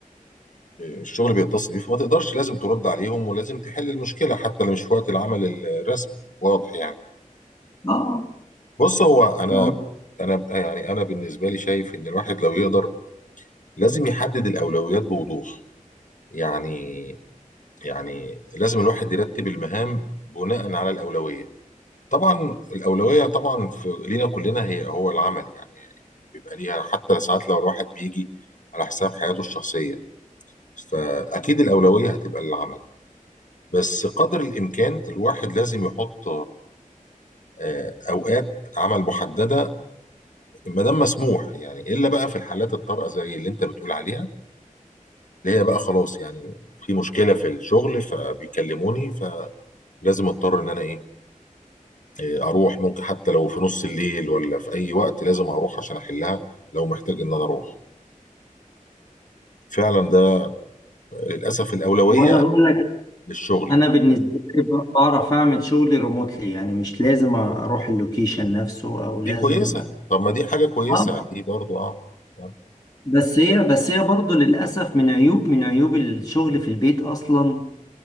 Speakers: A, on the left (about 65°); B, on the left (about 25°).
A: الشغل بيتصل بيه فما تقدرش لازم ترد عليهم ولازم تحل المشكله حتى لو مش في وقت العمل الرسمي واضح يعني
B: اه
A: بص هو انا
B: آه.
A: انا يعني انا بالنسبه لي شايف ان الواحد لو يقدر لازم يحدد الاولويات بوضوح يعني يعني لازم الواحد يرتب المهام بناء على الاولويه طبعا الاولويه طبعا في لينا كلنا هي هو العمل يعني بيبقى ليها حتى ساعات لو الواحد بيجي على حساب حياته الشخصيه فاكيد الاولويه هتبقى للعمل بس قدر الامكان الواحد لازم يحط آه، اوقات عمل محدده ما دام مسموح يعني الا بقى في الحالات الطارئه زي اللي انت بتقول عليها اللي هي بقى خلاص يعني في مشكله في الشغل فبيكلموني فلازم اضطر ان انا ايه آه، اروح ممكن حتى لو في نص الليل ولا في اي وقت لازم اروح عشان احلها لو محتاج ان انا اروح فعلا ده للاسف الاولويه
B: وانا بقول لك
A: للشغل
B: انا
A: يعني
B: بالنسبة لي ب- بعرف اعمل شغلي ريموتلي يعني مش لازم اروح اللوكيشن نفسه او لازم
A: دي كويسه طب ما دي حاجه كويسه
B: اه
A: دي برضو اه آه.
B: بس هي بس هي برضه للأسف من عيوب من عيوب الشغل في البيت أصلا